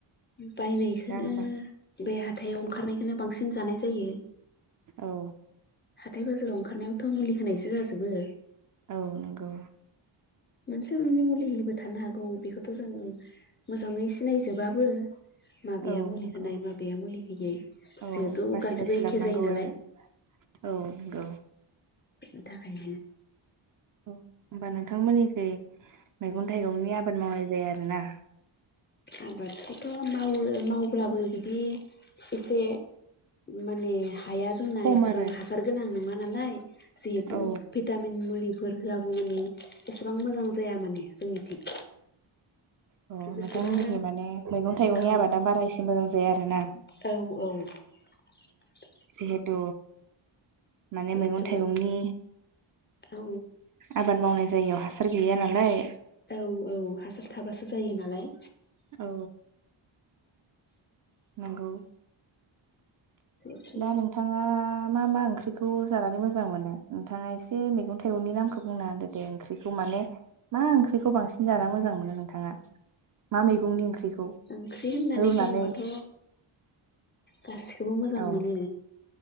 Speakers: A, on the left; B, on the right.
A: बायनायखोनो
B: दा होमबा
A: बे हाथायाव ओंखारनायखोनो बांसिन जानाय जायो।
B: औ
A: हाथाय बाजाराव ओंखारनायावथ' मुलि होनायसो जाजोबो।
B: औ नोंगौ।
A: मोनसे मोननै मुलि होयोबो थानो हागौ बेखौथ' जों मोजांङै सिनायजोबा। बोरो माबेया
B: औ
A: मुलि
B: नंगौ
A: होनाय माबेया मुलि होयो
B: औ
A: जिहेतु
B: बासि
A: गासिबो
B: बासि
A: एखे
B: लाबोनांगौ
A: जायो नालाय।
B: आरो औ नोंगौ।
A: बेनि थाखायनो
B: औ होमबा नोंथांमोननिखै मैगन थाइगंनि आबाद मावनाय जाया आरोना?
A: आबादखौथ' मावो मावब्लाबो बिदि एसे माने हाया जोंना
B: खम
A: एसेबां
B: आरो
A: हासार गोनां नङा नालाय जिहेतु
B: औ
A: भिटामिन मुलि फोर होआगौ मानि एसेबां मोजां जाया माने जोंनिथिं।
B: अ
A: जेसेबां
B: नोंथांमोननिखै माने मैगन थाइगंनि
A: औ
B: आबादा बारा एसे मोजां जाया आरोना?
A: औ <inaudible>
B: जिहेथु माने
A: जिहेथु
B: मैगन थाइगंनि
A: औ
B: आबाद मावनाय जायगायाव हासार गैया नालाय?
A: औ औ हासार थाबासो जायो नालाय।
B: औ। नोंगौ।
A: जिहेथु
B: दा नोंथांङा मा मा ओंख्रिखौ जानानै मोजां मोनो थाङा एसे मैगन थाइगंनि नामखौ बुंना होनदो दे ओंख्रिखौ माने मा ओंख्रैखौ बांसिन जा मोजां मोनो नोंथांङा मा मैगंनि ओंख्रै औ
A: ओंख्रि होननानै
B: रुनानै
A: बुङोबाथ' गासिखौबो मोजां
B: औ
A: मोनो